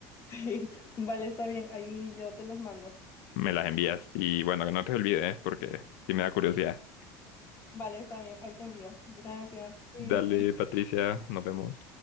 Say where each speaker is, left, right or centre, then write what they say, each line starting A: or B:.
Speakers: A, on the left; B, on the left.
A: Sí, vale, está bien, ahí yo te los mando.
B: Me las envías y bueno, que no te olvides, ¿eh? porque sí me da curiosidad.
A: Vale, está bien, ahí te envío. Gracias, cuídate.
B: Dale, Patricia, nos vemos.